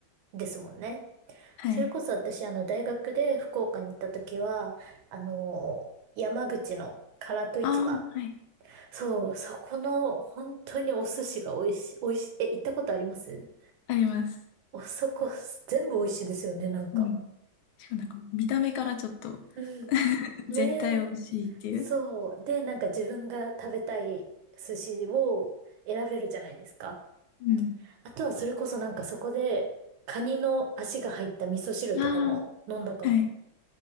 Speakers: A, on the right; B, on the left.
A: いですもんね。
B: はい。
A: それこそ私、あの、大学で福岡に行った時は、あのー山口の唐戸市場。
B: ああ、はい。
A: そう、そこの本当にお寿司が美味しい、美味しい、え、行ったことあります
B: あります。
A: おそこ、全部美味しいですよね、なんか。
B: うん。しかもなんか見た目からちょっと
A: うん。ねえ。
B: 絶対美味しいっていう。
A: そう。で、なんか自分が食べたい寿司を選べるじゃないですか。
B: うん。
A: あとはそれこそなんかそこで、カニの足が入った味噌汁とかも飲んだかも。
B: ああ、はい。